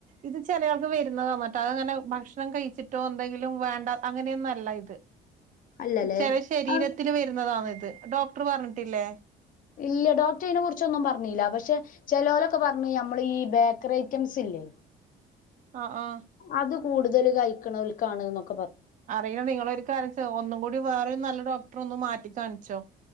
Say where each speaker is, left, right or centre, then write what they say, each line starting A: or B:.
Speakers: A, on the right; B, on the left.
A: ഇത് ചിലയാൾക്ക് വരുന്നത മറ്റാതങ്ങനെ ഭക്ഷണം കഴിച്ചിട്ടോ എന്തെങ്കിലും വേണ്ട അങ്ങനെയൊന്നുംല്ല ഇത്
B: അല്ലല്ലേ
A: ഇത് ചെല ശരീരത്തിൽ
B: ആഹ്
A: വരുന്നതാണ് ഇത് ഡോക്ടർ പറഞ്ഞിട്ടില്ലേ
B: ഇല്ല ഡോക്ടർ ഇതിനെ കുറിച്ചൊന്നും പറഞ്ഞില്ല പക്ഷെ ചെലോലൊക്കെ പറഞ്ഞ നമ്മൾ ഈ ബേക്കറി ഐറ്റംസ് ഇല്ലേ
A: ആ ആ
B: അത് കൂടുതൽ കഴിക്കണോൽക്കാണ് ഒക്കെ
A: അറിയാം നിങ്ങൾ ഒരു കാര്യ ഒന്നും കൂടി വേറെരു നല്ല ഡോക്ടറെ ഒന്ന് മാറ്റി കാണിച്ചോ